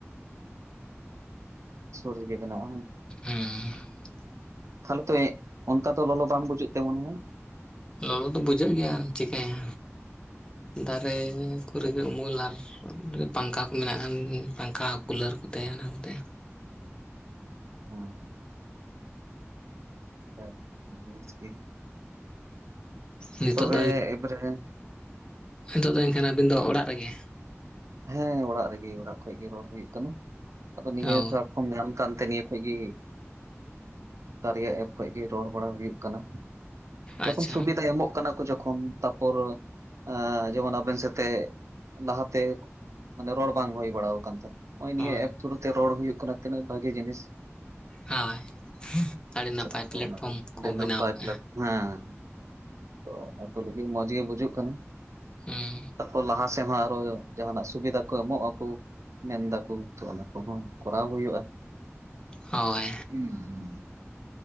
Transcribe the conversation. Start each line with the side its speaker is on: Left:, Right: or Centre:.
Right: ᱥᱩᱨ ᱨᱮᱜᱮ ᱢᱮᱱᱟᱜᱼᱟ ᱵᱟᱝ?
Left: ᱦᱩᱸ᱾
Right: ᱛᱟᱦᱚᱞᱮ ᱛᱚ ᱚᱝᱠᱟ ᱫᱚ ᱞᱚᱞᱚ ᱵᱩᱡᱷᱟᱜ ᱛᱮ ᱢᱚᱱᱮ ᱦᱳᱭ?
Left: ᱞᱚᱞᱚ ᱫᱚ ᱵᱩᱡᱷᱟᱹᱜ ᱜᱮᱭᱟ ᱪᱤᱠᱟᱹᱭᱟ᱾ ᱫᱟᱨᱮ ᱠᱚᱨᱮ ᱜᱮ ᱩᱢᱩᱞ ᱟᱨ ᱯᱟᱝᱠᱷᱟ ᱠᱚ ᱢᱮᱱᱟᱜ ᱠᱷᱟᱱ ᱯᱟᱝᱠᱷᱟ ᱠᱩᱞᱟᱹᱨ ᱠᱚ ᱛᱟᱦᱮᱸᱱᱟ ᱚᱱᱛᱮ᱾
Right: ᱦᱚᱸ᱾ ᱦᱮᱸ ᱵᱮᱥᱜᱮ
Left: ᱱᱤᱛᱚᱜ
Right: ᱛᱚᱵᱮ ᱮᱵᱟᱨᱮ
Left: ᱦᱤᱛᱚᱜ ᱫᱚ ᱮᱱᱠᱷᱟᱱ ᱟᱹᱵᱤᱱ ᱫᱚ ᱚᱲᱟᱜ ᱨᱮᱜᱮ?
Right: ᱦᱮᱸ ᱚᱲᱟᱜ ᱨᱮᱜᱮ ᱚᱲᱟᱜ ᱠᱷᱚᱡ ᱜᱮ ᱨᱚᱲ ᱦᱩᱭᱩᱜ ᱠᱟᱱᱟ, ᱟᱫᱚ ᱱᱤᱭᱟᱹ
Left: ᱚ
Right: <unintelligible> ᱠᱷᱱ ᱧᱟᱢ ᱠᱟᱱ ᱛᱮ ᱱᱤᱭᱟᱹ ᱠᱷᱟᱡ ᱜᱮ ᱠᱟᱨᱭᱟ ᱮᱯ ᱠᱷᱚᱡ ᱜᱮ ᱨᱚᱲ ᱵᱟᱲᱟ ᱦᱩᱭᱩᱜ ᱠᱟᱱᱟ, ᱡᱚᱠᱷᱚᱱ
Left: ᱟᱪᱪᱷᱟ
Right: ᱥᱩᱵᱤᱫᱟᱭ ᱮᱢᱚᱜ ᱠᱟᱱᱟ ᱠᱚ ᱡᱚᱠᱷᱚᱱ ᱛᱟᱯᱚᱨ ᱟᱸ ᱡᱮᱢᱚᱱ ᱟᱵᱮᱱ ᱥᱟᱛᱮ ᱞᱟᱦᱟᱛᱮ ᱢᱟᱱᱮ ᱨᱚᱲ ᱵᱟᱝ ᱦᱩᱭ ᱵᱟᱲᱟᱣ ᱠᱟᱱ ᱛᱟᱦᱮᱸᱱᱟ ᱱᱚᱜᱼᱚᱭ
Left: ᱦᱳᱭ
Right: ᱱᱤᱭᱟᱹ ᱮᱯ ᱛᱷᱨᱩ ᱛᱮ ᱨᱚᱲ ᱦᱩᱭᱩᱜ ᱠᱟᱱᱟ ᱛᱤᱱᱟᱹᱜ ᱵᱷᱟᱜᱤ ᱡᱤᱱᱤᱥ᱾
Left: ᱦᱳᱭ ᱟᱹᱰᱤ ᱱᱟᱯᱟᱭ
Right: ᱥᱟᱞᱟᱜ ᱛᱚ
Left: ᱯᱞᱟᱴᱯᱷᱚᱨᱚᱢ
Right: ᱚᱱᱟ
Left: ᱠᱚ
Right: ᱟᱹᱰᱤ
Left: ᱵᱮᱱᱟᱣ
Right: ᱱᱟᱯᱟᱭ
Left: ᱠᱟᱜᱼᱟ᱾
Right: ᱯᱞᱟᱴ ᱦᱮᱸ ᱛᱚ ᱟᱠᱚ ᱞᱟᱹᱜᱤᱫ ᱢᱚᱸᱡ ᱜᱮ ᱵᱩᱡᱩᱜ ᱠᱟᱱᱟ
Left: ᱦᱩᱸ
Right: ᱛᱟᱨᱯᱚᱨ ᱞᱟᱦᱟ ᱥᱮᱫ ᱦᱚᱸ ᱟᱨᱚ ᱡᱟᱦᱟᱸᱱᱟᱜ ᱥᱩᱵᱤᱫᱟ ᱠᱚ ᱮᱢᱚᱜ ᱟᱠᱚ᱾ ᱢᱮᱱ ᱫᱟᱠᱚ ᱛᱚ ᱚᱱᱟ ᱠᱚᱦᱚᱸ ᱠᱚᱨᱟᱣ ᱦᱩᱭᱩᱜᱼᱟ᱾
Left: ᱦᱳᱭ᱾
Right: ᱦᱩᱸ ᱦᱩᱸ